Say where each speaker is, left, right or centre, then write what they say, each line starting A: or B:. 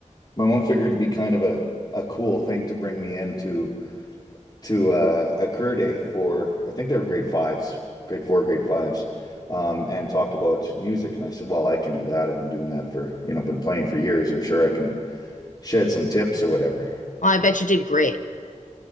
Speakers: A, on the left (about 35°); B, on the left (about 80°).
A: my mom figured it'd be kind of a a cool thing to bring me into to uh, a career day for I think they were grade fives, grade four, grade fives, um, and talked about music. And I said, "Well, I can do that. I've been doing that for you know, been playing for years. I'm sure I can shed some tips or whatever."
B: I bet you did great.